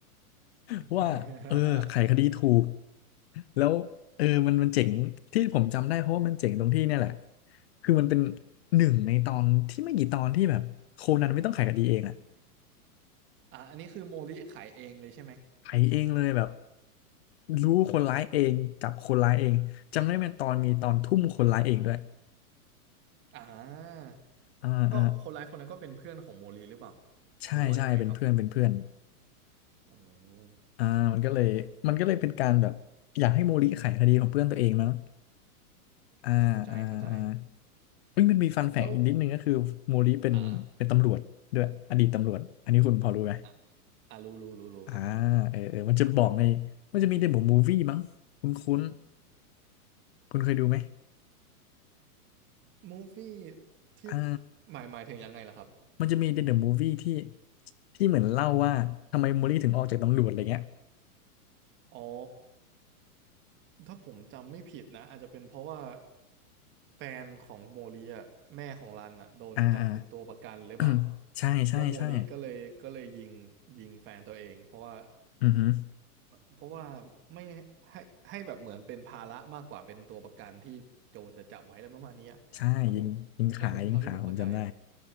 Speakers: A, on the left (about 45°); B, on the right (about 25°).
A: <laughs>
B: <laughs>
A: ว่าเออไขคดีถูกแล้วเออมันมันเจ๋งที่ผมจำได้เพราะว่ามันเจ๋งตรงที่เนี่ยแหละคือมันเป็นหนึ่งในตอนที่ไม่กี่ตอนที่แบบโคนันไม่ต้องไขคดีเองอะ
B: อ่าอันนี้คือโมริไขเองเลยใช่ไหม
A: ไถเองเลยแบบรู้คนร้ายเองจับคนร้ายเองจำได้เป็นตอนมีตอนทุ่มคนร้ายเองด้วย
B: อ่า
A: อ่าอ่า
B: ก็คนร้ายคนนั้นก็เป็นเพื่อนของโมริหรือเปล่า
A: ใช่ใช่เป็นเพื่อนเป็นเพื่อน
B: หรือว่ายังไงครับอ๋อ
A: อ่ามันก็เลยมันก็เลยเป็นการแบบอยากให้โมริไขคดีของเพื่อนตัวเองมั้งอ่าอ่าอ่า
B: อ่าเข้าใจเข้าใจ
A: เฮ้ยมันมีฟันแฝงอีกนิดนึงก็คือโมริเป็นเป็นตำรวจด้วยอดีตตำรวจอันนี้คุณพอรู้ไหม
B: แล้วอ่าอ่ะอ่ารู้รู้รู้รู้ครับอันนี้
A: อ่าเออเออมันจะบอกในมันจะมีในบทมูฟวี่มั้งคุ้นคุ้นคุณเคยดูไหม
B: มูฟวี่ที่
A: อ่า
B: หมายหมายถึงยังไงล่ะครับ
A: มันจะมีในเดอะมูฟวี่ที่ที่เหมือนเล่าว่าทำไมโมลี่ถึงออกจากตำรวจอะไรเงี้ย
B: อ๋อ ถ้าผมจำไม่ผิดนะอาจจะเป็นเพราะว่าแฟนของโมลีอ่ะแม่ของรันอ่ะโดนจับเป็นตัวประกันหรือเปล่า
A: อ่าอ่า <clears throat> ใช่ใช่ใช่
B: แล้วโมลีก็เลยก็เลยยิงยิงแฟนตัวเองเพราะว่า
A: อือฮึ
B: เพราะว่าไม่ให้ให้แบบเหมือนเป็นภาระมากกว่าเป็นตัวประกันที่โจรจะจับไว้แล้วประมาณเนี้ย
A: ใช่ยิงยิงขายิงขาผมจำได้
B: ถ้าผมถ้าผมเท่าที่ผมเข้าใจ